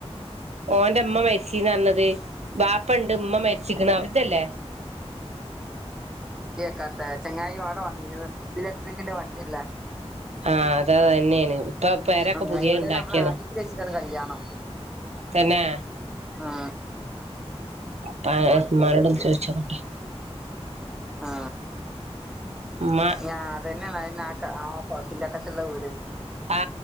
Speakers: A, on the right; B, in the centre.
A: ഓന്റ ഉമ്മ മരിച്ചീന്നറഞ്ഞത് വാപ്പണ്ട് ഉമ്മ മരിച്ചിക്ക്ണ് അവരെതല്ലേ
B: കറ്ത്ത ചെങ്ങായി ഇവാട വന്നീര്ന്നു ഇലക്ട്രിക്കിന്റെ വണ്ടിള്ള
A: ആ അതതന്നേണ് ഇപ്പ പെരെയൊക്കെ
B: ആഹ്
A: പുതിയേ
B: എവിടെ
A: ഇണ്ടാക്കിയതാ
B: നമ്മളെ ആദ്യത്തിൽ വെച്ചിട്ടാണ് കല്യാണം
A: തന്നേ
B: ആ
A: പാ
B: ഓഡിറ്റോറിയത്തില്
A: ഉമ്മനോടൊന്ന് ചോയിച്ചോക്കട്ടെ
B: ആ
A: ഉമ്മ
B: ഞാ അതന്നേണയന്നെ ആട്ട് ആ കുളത്തിന്റക്കത്ത്ള്ള ഊര്
A: ആ